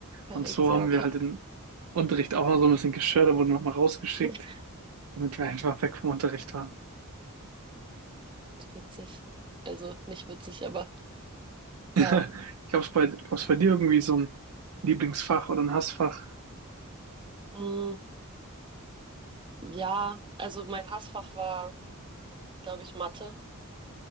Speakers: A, on the right; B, on the right.
A: Verrückt,
B: Und so
A: ja,
B: haben
A: okay.
B: wir halt den Unterricht auch mal so ein bisschen gestört, da wurden wir mal rausgeschickt,
A: <laughs>
B: damit wir einfach weg vom Unterricht waren.
A: Witzig. Also, nicht witzig, aber ja.
B: <laughs> Gab's bei, gab's bei dir irgendwie so ein Lieblingsfach oder ein Hassfach?
A: Mm, ja, also mein Hassfach war, glaube ich, Mathe.